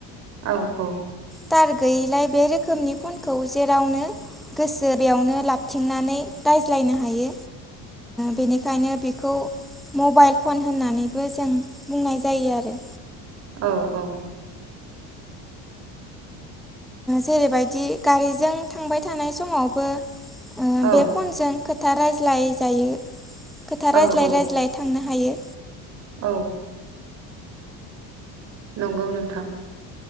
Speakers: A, on the right (about 45°); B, in the centre.
A: औ औ
B: थार गैयिलाय बे रोखोमनि फनखौ जेरावनो गोसो बेयावनो लाबथिंनानै रायज्लायनो हायो बेनिखायनो बिखौ मबाइल फन होननानैबो जों बुंनाय जायो आरो
A: औ-औ
B: जेरैबायदि गारिजों थांबाय थानाय समावबो ओ
A: औ
B: बे फनजों खोथा रायज्लाय जायो खोथा
A: औ
B: रायज्लाय रायज्लाय थांनो हायो
A: औ नंगौ नोंथां